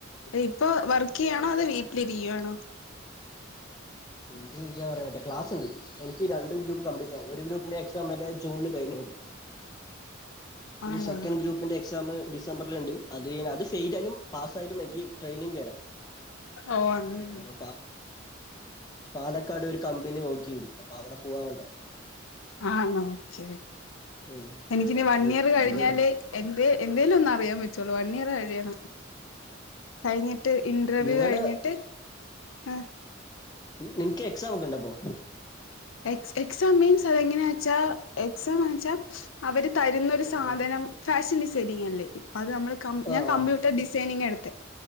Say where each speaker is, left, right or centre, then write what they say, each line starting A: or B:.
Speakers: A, on the left; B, on the left.
A: ഇപ്പൊ വർക്ക് ചെയ്യാണോ അത വീട്ടിലിരിക്കുവാണോ
B: വീട്ടിൽരിക്കൻയാൻ പറ്റ ക്ലസ് ഉണ്ട് എനി രണ്ട് ഗ്രൂ്പ്പ് കപ്പ്ലീറ്റ് ആ ഒരു ഗ്രൂപ്പിന്റെ എക്സാം ജൂണിൽ കഴിഞ്ഞു അ
A: ആണോ
B: ഇ സെക്കൻഡ് ഗ്രൂപ്പിന്റെ എക്സാം ഡിസംബറില് ഉണ്ട് അത് അത് ഫെൽ ആ യാലും പാസ് ആയാലു ഒരു മക്കിട്രെയിനിങ് കൊറം
A: ഓ അങ്ങനെ
B: അപ്പൊ പാലക്കാട് ഒരു കമ്പനി നോക്കിയിണ്ട് അപ്പൊ അവിടെ പോവാ വേണ്ടത്
A: ആണോ ഒക്കെ
B: ഉം
A: എനിക്കിനി
B: അപ്പൊ
A: വൺ ഇയർ കഴിഞ്ഞാലെ
B: എന്ത്
A: എന്തേലും ഒന്ന്അറിയാൻ പറ്റോ ഒരു വണിയർ കഴിയണം കഴിഞ്ഞിട്ട് ഇന്റർവ്യൂ
B: നിങ്ങളുടെ
A: കഴിഞ്ഞിട്ട് ആഹ്
B: നിനക്ക് എക്സാം ഒക്കെ ഉണ്ടോഅപ്പൊ
A: എക് എക്സാം മീൻസ് അതെങ്ങനെയാ വച്ചാൽ എക്സാംന്ന് വെച്ചാ അവര് തരുന്നൊരു സാധനം
B: ഉം
A: ഫാഷൻ ഡിസൈനിങ് അല്ലേ ഇപ്പം അത് നമ്മൾ കം ഞാൻ
B: ആഹ്
A: കമ്പ്യൂട്ടർ ഡിസൈനിങ്ങ് എടുത്ത